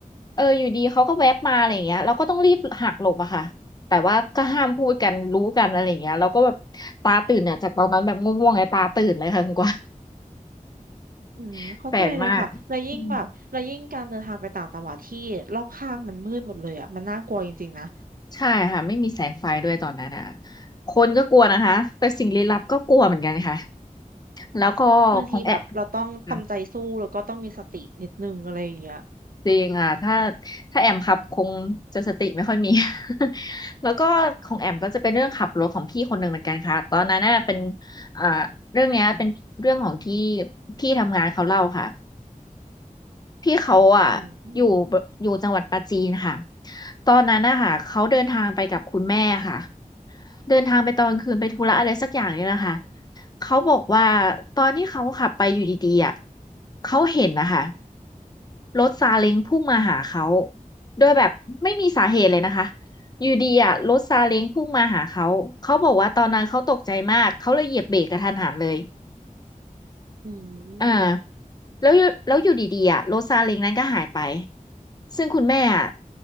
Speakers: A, on the left (about 30°); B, on the right (about 85°).
A: เอออยู่ดีเขาก็แวบมาอะไรอย่างเงี้ยเราก็ต้องรีบหักหลบอะค่ะแต่ว่าก็ห้ามพูดกันรู้กันอะไรอย่างเงี้ยเราก็แบบตาตื่นเนี่ยจากตอนนั้นแบบง่วงๆไงตาตื่นเลยค่ะคุณกวาง
B: อืมเข้าใจเลยค่ะแล้วยิ่งแบบแล้วยิ่งการเดินทางไปต่างจังหวัดที่รอบข้างมันมืดหมดเลยอะมันน่ากลัวจริงๆนะ
A: <laughs> แปลกมากอืม ใช่ค่ะไม่มีแสงไฟด้วยตอนนั้นอ่ะคนก็กลัวนะคะแต่สิ่งลี้ลับก็กลัวเหมือนกันค่ะแล้วก็ของแอม
B: บางทีแบบเราต้องทำใจสู้แล้วก็ต้องมีสตินิดนึงอะไรอย่างเงี้ย
A: อ่ะจริงอ่ะถ้าถ้าแอมขับคงจะสติไม่ค่อยมี <laughs> แล้วก็ของแอมก็จะเป็นเรื่องขับรถของพี่คนหนึ่งเหมือนกันค่ะตอนนั้นน่ะเป็นอ่าเรื่องเนี้ยเป็นเรื่องของที่พี่ทำงานเขาเล่าค่ะพี่เขาอ่ะอยู่
B: อืม
A: อยู่จังหวัดปราจีนค่ะตอนนั้นนะคะเขาเดินทางไปกับคุณแม่ค่ะ เดินทางไปตอนคืนไปธุระอะไรสักอย่างเนี่ยแหละค่ะเขาบอกว่าตอนที่เขาขับไปอยู่ดีๆอ่ะเขาเห็นนะคะรถซาเล้งพุ่งมาหาเขาโดยแบบไม่มีสาเหตุเลยนะคะอยู่ดีอ่ะรถซาเล้งพุ่งมาหาเขาเขาบอกว่าตอนนั้นเขาตกใจมากเขาเลยเหยียบเบรกกระทันหันเลย
B: อืม
A: อ่าแล้วอยู่แล้วอยู่ดีๆอ่ะโรซาเล้งนั้นก็หายไปซึ่งคุณแม่อ่ะ